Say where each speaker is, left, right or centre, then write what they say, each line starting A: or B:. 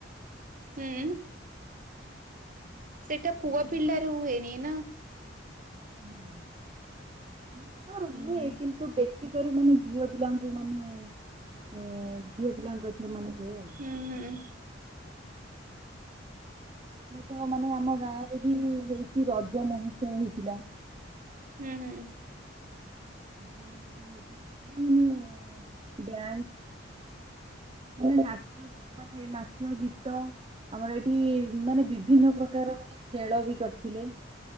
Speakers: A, on the right; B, on the right.
A: ହୁଁ। ସେଇଟା ପୁଅ
B: ଦୋଳି
A: ପିଲାରେ
B: ର
A: ହୁଏନି ନା?
B: ନା ନା ମୁଁ ଆର
A: ହୁଁ
B: ହୁଏ
A: ହୁଁ
B: କିନ୍ତୁ ବେଶୀ ପରି ମାନେ ଝିଅ ପିଲାଙ୍କୁ ମାନେ ଏ ଝିଅ ପିଲାଙ୍କୁ ଏଥର ମାନେ ହୁଏ। ଆଉ।
A: ହୁଁ ହୁଁ।
B: ତ ମାନେ ଆମ ଗାଁ ରେ ବି <unintelligible> ରଜ ମହୋତ୍ସବ ହେଇଥିଲା
A: ହୁଁ ହୁଁ।
B: <unintelligible> ମାନେ ନାଚ ମାନେ ନାଚ ଗୀତ। ଆମର ଏଇଠି ମାନେ ବିଭିନ୍ନ ପ୍ରକାର ମାନେ ଖେଳ ବି କରିଥିଲେ।